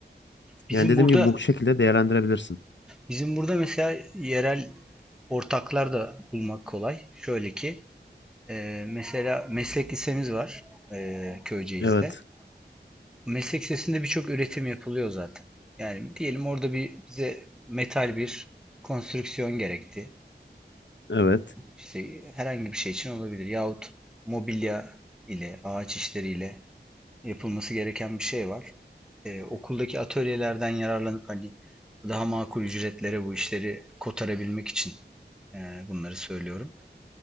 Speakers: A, in the centre; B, on the left (about 80°).
A: Bizim
B: Yani dediğim
A: burada
B: gibi bu şekilde değerlendirebilirsin.
A: bizim burada mesela yerel ortaklar da bulmak kolay. Şöyle ki e, mesela meslek lisemiz var e, Köyceğiz'de.
B: Evet.
A: Meslek lisesinde birçok üretim yapılıyor zaten. Yani diyelim orada bir bize metal bir konstrüksiyon gerekti.
B: Evet.
A: İşte herhangi bir şey için olabilir. Yahut mobilya ile, ağaç işleriyle yapılması gereken bir şey var. Ee, okuldaki atölyelerden yararlanıp hani daha makul ücretlere bu işleri kotarabilmek için e, bunları söylüyorum.